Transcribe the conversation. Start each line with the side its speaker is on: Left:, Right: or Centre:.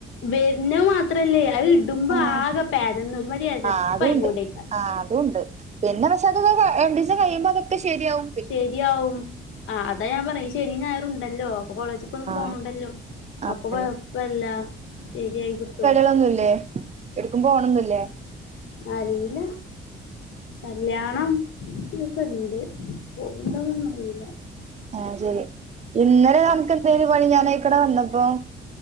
Left: വരുന്ന മാത്രല്ലേ അത് ഇടുമ്പോ
Right: ആഹ്
Left: ആകെ പെരെന്ന് ഒരു മാതിരി എരപ്പ
Right: ആഹ് അതുണ്ട്
Left: ഇങ്ങോട്ടേ
Right: ആഹ് അതൊണ്ട് പിന്നെ പക്ഷെ അത് രണ്ടിസം കഴിയുമ്പോ അതൊക്കെ ശെരിയാവും
Left: ശരിയാവും ആഹ അതാ ഞാൻ പറയും ശനി ഞായറുണ്ടല്ലോ കോളേജ്ക്കൊന്നും
Right: ആഹ്
Left: പോണ്ടല്ലോ
Right: ആഹ്
Left: അപ്പൊ കൊഴപ്പല്ല ശരിയായി കിട്ടും
Right: അതൊന്നുല്ലെ എടുക്കുമ്പോണംന്നില്ലേ
Left: അറിയില്ല കല്യാണം ക്കെ ണ്ട്. പോകുണ്ടോന്നൊന്നും അറീല്ല
Right: ഏഹ് ശരി. ഇന്നലെ നെനക്ക് എന്തേനി പണി ഞാനയ്ക്കൂടെ വന്നപ്പം